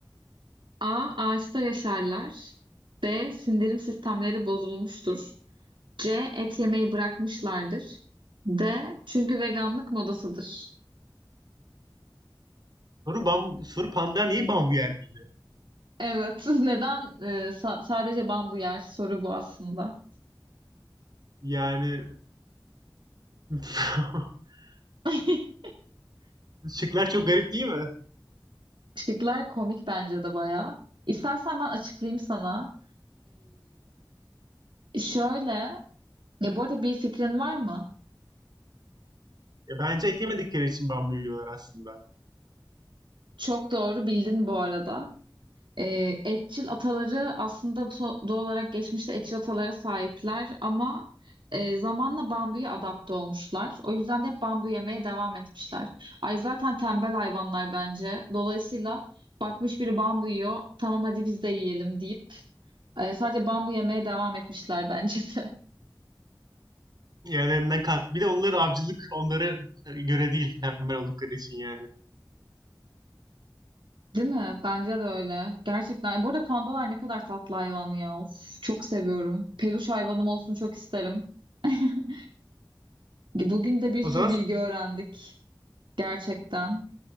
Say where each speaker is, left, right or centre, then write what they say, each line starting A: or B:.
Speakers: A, on the right; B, on the right.
A: A. Ağaçta yaşarlar. B. Sindirim sistemleri bozulmuştur. C. Et yemeyi bırakmışlardır. D. Çünkü veganlık modasıdır.
B: Soru, bam, soru panda neyi bambu yer miydi?
A: Evet. <laughs> Neden e, sa- sadece bambu yer? Soru bu aslında.
B: Yani <laughs>
A: <laughs>
B: şıklar çok garip değil mi?
A: Şıklar komik bence de bayağı. İstersen ben açıklayayım sana. Şöyle, ya bu arada bir fikrin var mı?
B: E, Bence et yemedikleri için bambu yiyorlar aslında.
A: Çok doğru bildin bu arada. Ee, etçil ataları aslında to- doğal olarak geçmişte etçil atalara sahipler ama e, zamanla bambuya adapte olmuşlar. O yüzden de hep bambu yemeye devam etmişler. Ay zaten tembel hayvanlar bence. Dolayısıyla bakmış biri bambu yiyor, tamam hadi biz de yiyelim deyip e, sadece bambu yemeye devam etmişler bence de.
B: Yerlerinden kalk. Bir de onlar avcılık onlara göre değil tembel oldukları için yani.
A: Değil mi? Bence de öyle. Gerçekten. Bu arada pandalar ne kadar tatlı hayvan ya. Of, çok seviyorum. Peluş hayvanım olsun çok isterim. <laughs> Bugün de bir
B: O
A: sürü
B: zaman
A: bilgi öğrendik. Gerçekten.